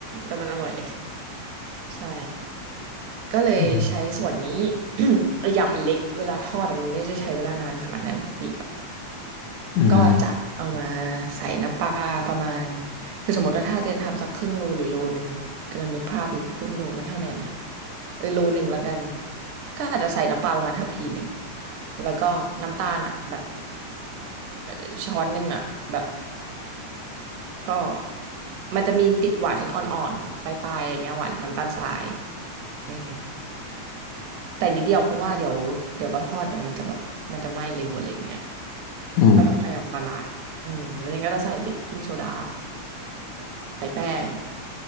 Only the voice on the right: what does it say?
แต่มันอร่อย <laughs> ใช่ก็เลยใช้ส่วนนี้
<clears throat> อกอย่างมันเล็กเวลาทอดอะมันไม่ได้ใช้เวลานานขนาดนั้นปีกับ
ก็จะเอามาใส่น้ำปลาประมาณคือสมมติว่าถ้าเจนทำสักครึ่งโลหรือโลหนึ่งกำลังนึกภาพอยู่ครึ่งโลมันเท่าไหร่นะเออโลหนึ่งละกันก็อาจจะใส่น้ำปลาประมาณทัพพีหนึ่งแล้วก็น้ำตาลอ่ะแบบ เอ่อช้อนหนึ่งอ่ะแบบก็มันจะมีติดหวานอ่อนๆปลายๆอะไรเงี้ยหวานน้ำตาลทรายเออแต่นิดเดียวเพราะว่าเดี๋ยวเดี๋ยวตอนทอดเดี๋ยวมันจะแบบมันจะไหม้เร็วอะไรเงี้ย
ก็ต้องพยายามบาลานซ์อืมแล้วยังก็จะใส่เบกกิ้งโซดาใส่แป้ง